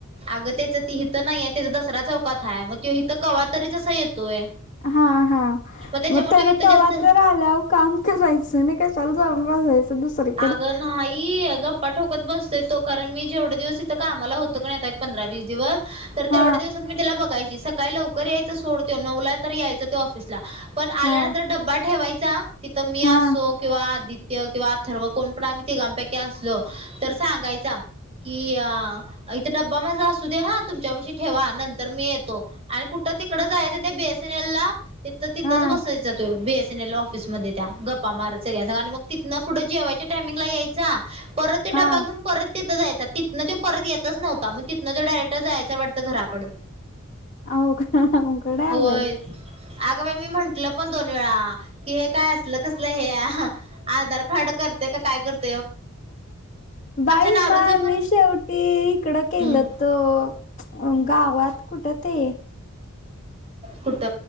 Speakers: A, on the right; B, on the left.
A: अगं त्याच हिथं नाहीय त्याचा दसरा चौकाता आहे मग तो हिथं कवातरीच असा येतोय.
B: हा हा
A: त्याच्यामुळे
B: मग त्यान
A: तो इथं
B: कवा
A: जास्त
B: तर आल्यावर काम करायचं नाय का. चल जाऊन बसयच दुसरीकडे.
A: अगं नाही अगं. गप्पा ठोकत बसतय तो कारण मी जेवढे दिवस इथं कामाला होतो कण आता एक पंधरा वीस दिवस. तर तेवढ्या
B: हा
A: दिवसात मी त्याला बघायची सकाळी लवकर यायचं सोडतो नऊला तर यायचं ते ऑफिसला. पण
B: हा
A: आल्यानंतर डब्बा ठेवायचा तिथं मी
B: हा
A: असो किंवा आदित्य किंवा. ठर्व कोण पण आम्ही तिघांपैकी असलो तर सांगायचा कि अ. इथे ड्बा माझा असू ''--'' सुदे हा तुमच्या पाशी ठेवा नंतर मी येतो आणि कुठं तिकड जायचं ते बीएसएनएल ला. तिथ तिथंच
B: हा
A: बसायचं ते बी एस एनएल ऑफिसमध्ये त्या गप्पा मारत सगळ्यां आणि मग. तिथनं पुढं जेवायच्या टामंग ला यायचा परत ते ड्बा
B: हा
A: घेऊन परत. तिथं जायच तिनं तो परत येतच नव्ह मग तिथन तो डायरेक्टर जायचं वाटतं घराकंड.
B: आव अवघड आहे
A: होय
B: बाई.
A: अगं बाई मी म्हंटलं पण दोन वेळा कि हे काय असलं कसलं हे. ह आधार कार्ड करते का काय करते.
B: बाई
A: नारूचं
B: मा
A: पण
B: मी शेवटी इकडं केलंत.
A: हम्म
B: त गावात कुठं ते.
A: कुट